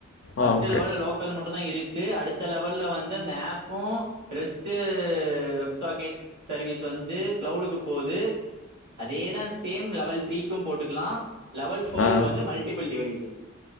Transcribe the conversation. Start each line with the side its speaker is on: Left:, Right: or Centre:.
Right: ஃபஸ்ட்டு
Left: ஆ ஓகே
Right: லவல்ல லோக்கலு மட்டுதா இருக் அடுத்த லெவல்ல வந்து அந்த ஆப்போ ரெஸ்ட்டு வெப் சோகேட் சர்வீஸ் வந்து க்ளவுடுக்கு போது அதேதா சேம் லவல் த்ரீக்கும் போட்டுக்லா லவல் ஃபோருக்
Left: ஆ
Right: வந்து மல்ட்டிப்புள் டிவைஸு